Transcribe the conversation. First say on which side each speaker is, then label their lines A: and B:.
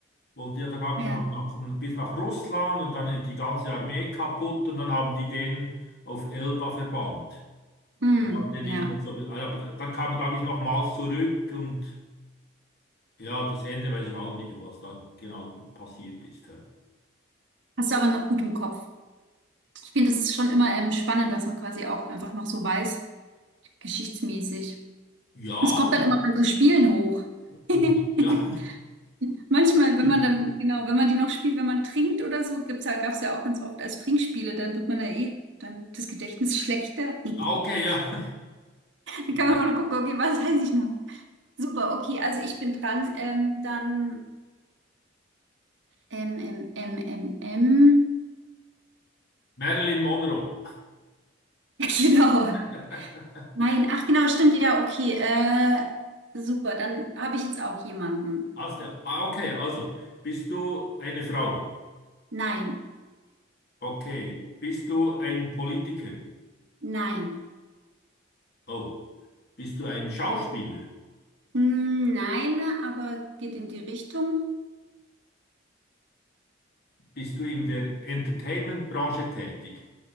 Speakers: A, on the left; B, on the right.
A: Wollte ja da, glaube
B: ja,
A: ich, noch nach, bis nach Russland und dann ist die ganze Armee kaputt und dann haben die den auf Elba verbannt.
B: hm,
A: Ja, den
B: ja.
A: ich mir so, ah, aber dann kam, glaube ich, nochmals zurück und ja, das Ende weiß ich auch nicht, was da genau passiert ist. hä.
B: Hast du aber noch gut im Kopf. Ich finde, das ist schon immer ähm, spannend, was man quasi auch einfach noch so weiß, geschichtsmäßig.
A: Ja,
B: Es kommt
A: und,
B: dann immer bei so Spielen hoch.
A: und ich,
B: <laughs>
A: ja,
B: Manchmal, wenn
A: <laughs>
B: man dann, genau, wenn man die noch spielt, wenn man trinkt oder so, gibt's ja, gab's ja auch ganz oft als Trinkspiele, dann wird man ja eh, dann das Gedächtnis schlechter.
A: okay,
B: <laughs>
A: ja.
B: Dann kann
A: <laughs>
B: man auch noch gucken, okay, was weiß ich noch? Super, okay, also ich bin dran. Ähm, dann M, M, M, M, M.
A: Marilyn Monroe.
B: <laughs> Genau.
A: <laughs>
B: Nein, ach genau, stimmt, ja, okay. Äh, super, dann habe ich jetzt auch jemanden.
A: Hast du, ah, okay, also, bist du eine Frau?
B: Nein,
A: Okay. Bist du ein Politiker?
B: nein.
A: Oh. Bist du ein Schauspieler?
B: Hm, Nein, aber geht in die Richtung.
A: Bist du in der Entertainment-Branche tätig?